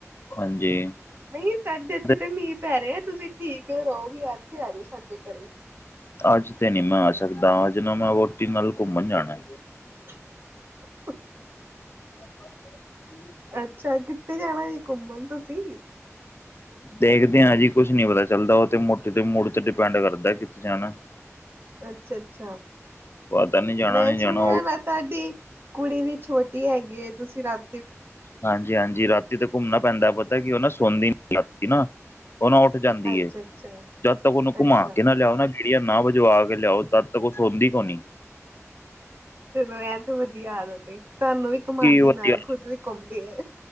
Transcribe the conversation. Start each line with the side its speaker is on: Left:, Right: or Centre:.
Left: ਹਾਂਜੀ।
Right: ਨਈ ਸਾਡੇ ਇੱਥੇ
Left: ਤੇ
Right: ਤਾ ਮੀਂਹ ਪੈ ਰਹੇ ਆ ਤੁਸੀ ਠੀਕ ਰਹੋ ਵੀ ਇੱਥੇ ਆ ਜਾਓ ਸਾਡੇ ਘਰੇ।
Left: ਅੱਜ ਤੇ ਨੀ ਮੈਂ ਆ ਸਕਦਾ ਅੱਜ ਨਾ ਮੈਂ ਵੋਹਟੀ ਨਾਲ ਘੁੰਮਣ ਜਾਣਾ।
Right: <unintelligible>
Left: <unintelligible> ਹਮ <unintelligible>
Right: ਅੱਛਾ ਕਿੱਥੇ ਜਾਣਾ ਜੀ ਘੁੰਮਣ ਤੁਸੀ?
Left: ਦੇਖਦੇ ਹਾਂ ਜੀ ਕੁੱਛ ਨੀ ਪਤਾ ਚੱਲਦਾ ਉਹ ਤੇ ਵੋਹਟੀ ਦੇ ਮੁੜ ਤੇ ਡਿਪੈਂਡ ਕਰਦਾ ਕਿੱਥੇ ਜਾਣਾ।
Right: ਅੱਛਾ-ਅੱਛਾ
Left: ਪਤਾ ਨੀ ਜਾਣਾ
Right: ਮੈਂ
Left: ਨੀ ਜਾਣਾ
Right: ਸੁਣਿਆ
Left: ਉਹ
Right: ਤੁਹਾਡੀ ਕੁੜੀ ਵੀ ਛੋਟੀ ਹੈਗੀ ਏ ਤੁਸੀ ਰਾਤ
Left: ਹਾਂਜੀ-ਹਾਂਜੀ ਰਾਤੀ ਤੇ ਘੁੰਮਣਾ ਪੈਂਦਾ ਪਤਾ ਕੀ ਉਹ ਨਾ ਸੋਦੀ ਨੀ ਰਾਤੀ ਨਾ। ਉਹ ਨਾ ਉੱਠ ਜਾਂਦੀ
Right: ਅੱਛਾ
Left: ਏ,
Right: ਅੱਛਾ
Left: ਜਦ ਤੱਕ ਉਹਨੂੰ ਘੁੰਮਾ
Right: ਅੱਛਾ
Left: ਕੇ ਨਾ ਲਿਆੳ ਨਾ ਗੇੜੀਆਂ ਨਾ ਵਜਵਾ ਕੇ ਲਿਆਓ ਜਦ ਤੱਕ ਉਹ ਸੋੰਦੀ ਕੋਣੀ।
Right: ਚਲੋ ਐ ਤੇ ਵਧੀਆ ਆਦਤ ਏ ਤੁਹਾਨੂੰ ਵੀ ਘੁਮਾਉਦੀ
Left: ਕੀ ਵਧੀਆ
Right: ਨਾਲ ਖੁਦ ਵੀ ਘੁੰਮਦੀ ਏ।